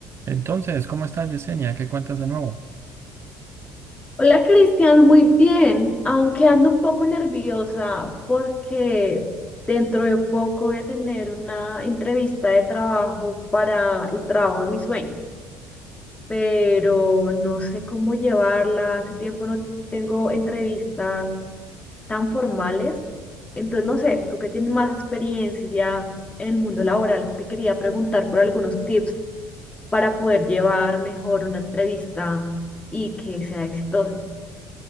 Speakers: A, on the right; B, on the left.
A: Entonces, ¿cómo estás, Yesenia? ¿Qué cuentas de nuevo?
B: Hola Cristian, muy bien, aunque ando un poco nerviosa porque dentro de poco voy a tener una entrevista de trabajo para el trabajo de mis sueños, pero no sé cómo llevarla, hace tiempo no tengo entrevistas tan formales, entonces no sé, tú que tienes más experiencia en el mundo laboral, te quería preguntar por algunos tips para poder llevar mejor una entrevista y que sea exitosa.